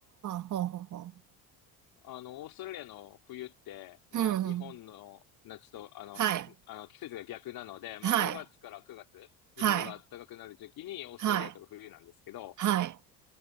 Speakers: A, on the right; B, on the left.
A: あ、ほうほうほ
B: あの、オーストラリアの冬って、まあ、
A: う。うんうん。
B: 日本の夏と、あの、
A: はい。
B: あの、季節が逆なので、まあ、
A: はい。
B: 5月から9月、日本が暖かくなる時期にオーストラリアとか冬なんですけど、
A: はい。はい。はい。